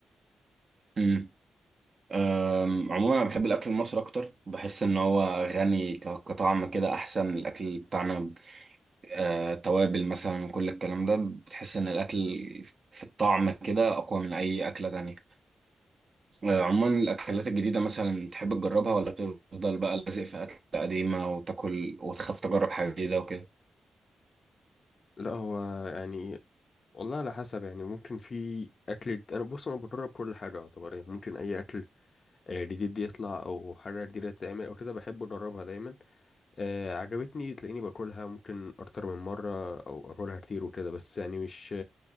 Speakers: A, on the right; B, on the left.
A: امم أم، عموما انا بحب الاكل المصري اكتر بحس ان هو غني ك- كطعم كده احسن الاكل بتاعنا آه، توابل مثلا وكل الكلام ده بتحس ان الاكل في الطعم كده اقوى من اي اكله تانية آه، عموما الاكلات الجديده مثلا تحب تجربها ولا تفضل بقى لازق في اكل قديمه وتاكل وتخاف تجرب حاجه جديده وكده
B: لا هو يعني والله على حسب يعني ممكن في اكل انا بص انا بجرب كل حاجه يعتبر يعني ممكن اي اكل آه، جديد يطلع او حاجه جديده تتعمل او كده بحب اجربها دايما آه، عجبتني تلاقيني باكلها ممكن اكتر من مره او اكلها كتير وكده بس يعني مش